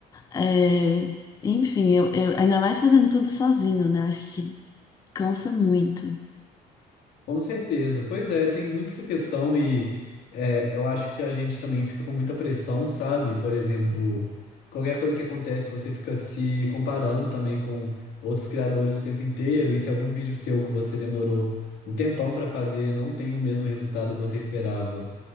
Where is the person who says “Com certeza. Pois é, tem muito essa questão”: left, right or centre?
Left